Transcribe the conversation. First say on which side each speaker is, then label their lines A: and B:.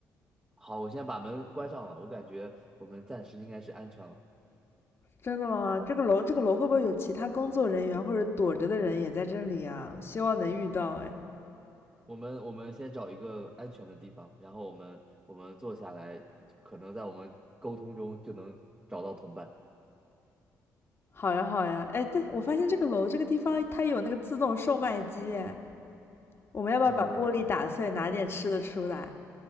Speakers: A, on the right; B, on the left.
A: 好，我先把门关上了，我感觉我们暂时应该是安全了。
B: 真的吗？这个楼，这个楼会不会有其他工作人员或者躲着的人也在这里啊？希望能遇到哎。
A: 我们我们先找一个安全的地方，然后我们我们坐下来，可能在我们沟通中就能找到同伴。
B: 好呀，好呀，哎，对，我发现这个楼这个地方它有那个自动售卖机哎，我们要不要把玻璃打碎，
A: 呃，
B: 拿点吃的出来？